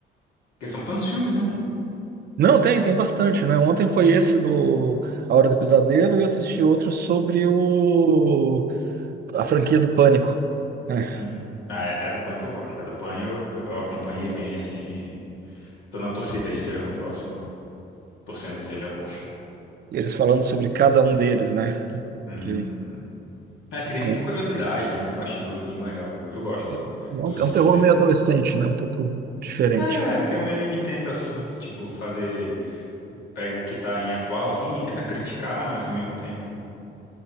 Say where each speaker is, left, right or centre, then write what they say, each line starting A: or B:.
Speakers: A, on the left (about 85°); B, on the right (about 55°).
A: Porque são tantos filmes, né?
B: Não, tem, tem bastante, né? Ontem foi esse do A Hora do Pesadelo e eu assisti outro sobre o, a franquia do Pânico. né?
A: Uhum. Ah, é, é a do Pânico que eu gosto. A do Pânico eu, eu acompanhei bem, assim, e tô na torcida aí esperando o próximo. Torcendo que seja bom.
B: Eles falando sobre cada um deles, né?
A: Hum,
B: Que
A: É, porque tem muita
B: é um
A: curiosidade, né? Muito bastidorzinho legal. Eu gosto do-
B: É
A: dos
B: um, é
A: vídeos
B: um terror
A: dele.
B: meio adolescente, né? Um pouco diferente.
A: É, porque é meio e tenta, su- tipo, fazer. Pega o que tá em atual, assim, e tenta criticar, mas ao mesmo tempo,